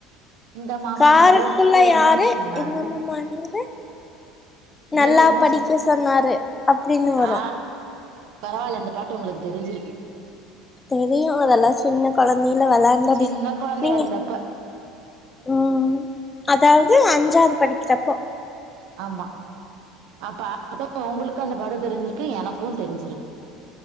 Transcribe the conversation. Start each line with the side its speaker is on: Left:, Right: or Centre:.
Right: எங்க மாமா
Left: காருக்குள்ள
Right: நேரு நேரு என்ன
Left: யாரு
Right: சொன்னாரு
Left: எங்க மாமா நேரு
Right: நேரு
Left: நல்லா
Right: என்ன
Left: படிக்க சொன்னாரு அப்டின்னு வரு
Right: ஆ பரவால்ல இந்த பாட்டு உங்களுக்கு தெரிஞ்சிருக்கு
Left: தெரியு அதெல்லா சின்ன கொழந்தில வெளாண்டது
Right: சின்ன கொழந்தையா
Left: நீங்க
Right: இருந்தப்ப
Left: ம் அதாவது அஞ்சாவது படிக்கிறப்போ
Right: ஆமா அப்பா ஆதோ உங்களுக்கு அந்த பட தெரிஞ்சிருக்கு எனக்கு தெரிஞ்சிருக்கு